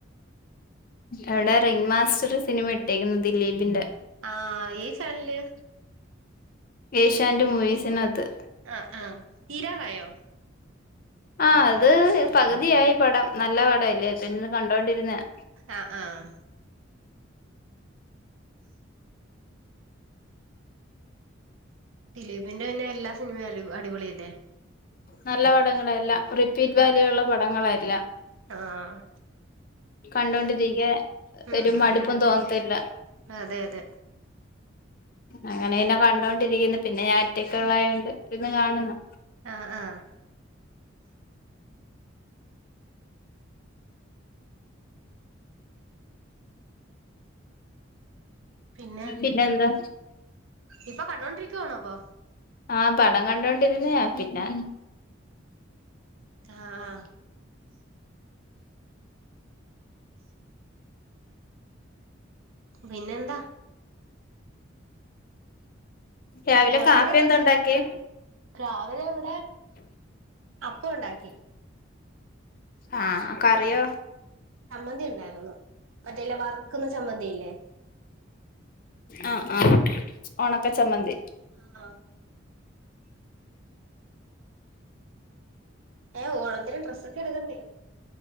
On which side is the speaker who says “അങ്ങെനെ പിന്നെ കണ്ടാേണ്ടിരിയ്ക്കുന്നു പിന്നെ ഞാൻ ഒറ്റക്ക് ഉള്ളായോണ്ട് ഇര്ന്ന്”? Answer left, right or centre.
Left